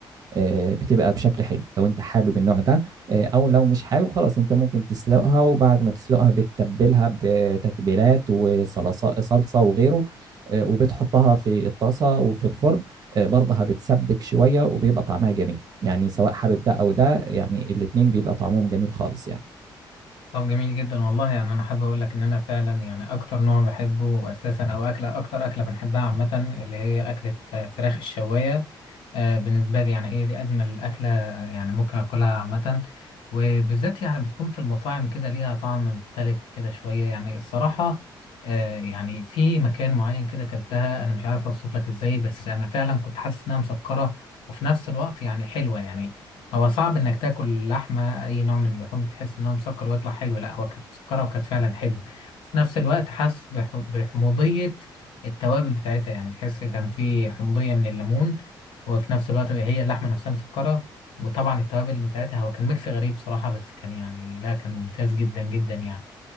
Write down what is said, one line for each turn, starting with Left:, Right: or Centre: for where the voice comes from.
Right: آه، بتبقى بشكل حلو لو انت حابب النوع ده آه، او لو مش حابب خلاص انت ممكن تسلقها وبعد ما تسلقها بتتبلها بتتبيلات وصلصة صلصة وغيره آه، وبتحطها في الطاسة وفي الفرن آه، برضها بتسبك شوية وبيبقى طعمها جميل يعني سواء حابب ده أو ده يعني الاتنين بيبقى طعمهم جميل خالص يعني
Left: طب جميل جدا والله يعني انا حابب اقول لك ان انا فعلا يعني اكتر نوع بحبه اساسا او اكله اكتر اكله بنحبها عامه اللي هي اكله آه، فراخ الشوايه آه، بالنسبه لي يعني هي دي اجمل اكله يعني ممكن اكلها عامه وبالذات يعني بتكون في المطاعم كده ليها طعم مختلف كده شويه يعني الصراحه آه، يعني في مكان معين كده اكلتها انا مش عارف اوصف لك ازاي بس انا فعلا كنت حاسس انها مسكره وفي نفس الوقت يعني حلوه يعني هو صعب انك تاكل لحمه اي نوع من اللحوم تحس ان هو مسكر ويطلع حلو لا هو كانت مسكره وكانت فعلا حلوه بس في نفس الوقت حاسس بح- بحموضيه التوابل بتاعتها يعني تحس كان في حموضيه من الليمون وفي نفس الوقت هي اللحمه نفسها مسكره وطبعا التوابل بتاعتها هو كان ميكس غريب صراحه بس كان يعني لا كان ممتاز جدا جدا يعني